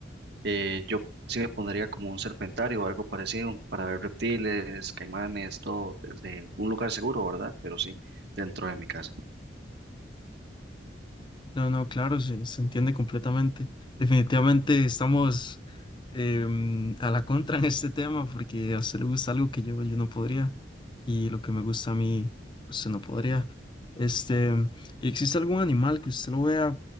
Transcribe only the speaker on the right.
Eh, yo sí me pondría como un serpentario o algo parecido para ver reptiles, caimanes, todo desde un lugar seguro, ¿verdad? Pero sí, dentro de mi casa.